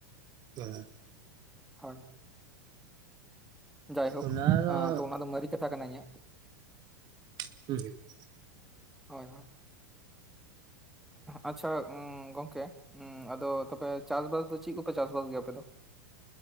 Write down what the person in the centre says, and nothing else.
ᱦᱳᱭ ᱡᱟᱭᱦᱳᱠ
ᱛᱚ ᱚᱱᱟᱫᱚ ᱢᱟᱨᱤ ᱠᱟᱛᱷᱟ ᱠᱟᱱᱟ ᱤᱧᱟᱹᱜ
ᱦᱳᱭ ᱦᱳᱭ ᱟᱪᱪᱷᱟ ᱜᱚᱝᱠᱮ ᱟᱫᱚ ᱛᱚᱵᱮ ᱪᱟᱥᱵᱟᱥ ᱫᱚ ᱪᱮᱫ ᱠᱚ ᱪᱟᱥ ᱵᱟᱥ ᱜᱮᱭᱟ ᱟᱯᱮ ᱫᱚ